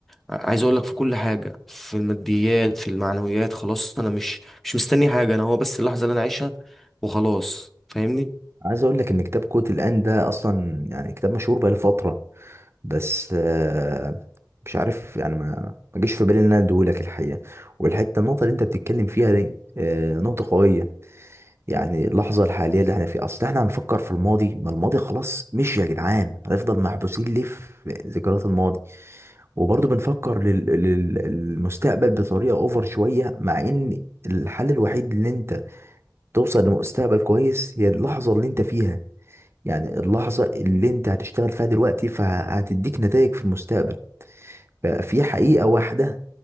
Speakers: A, in the centre; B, on the right.
A: ع- عايز اقول لك في كل حاجه في الماديات في المعنويات خلاص انا مش مش مستني حاجه انا هو بس اللحظه اللي انا عايشها وخلاصس فاهمني
B: عايز اقول لك ان كتاب كوت الان ده اصلا يعني كتاب مشهور بقاله فتره بس آه، مش عارف يعني ما ما جيش في بالي ان انا اديهولك الحقيقه والحته النقطه اللي انت بتتكلم فيها دي آه، نقطه قويه يعني اللحظه الحاليه اللي احنا فيها اصل احنا هنفكر في الماضي ما الماضي خلاص مشي يا جدعان هنفضل محبوسين ليه في ذكريات الماضي وبرضه بنفكر لل- لل- للمستقبل بطريقة اوفر شوية مع ان الحل الوحيد اللي انت توصل لمستقبل كويس هي اللحظة اللي انت فيها يعني اللحظة اللي انت هتشتغل فيها دلوقتي فهتديك نتائج في المستقبل ففي حقيقة واحدة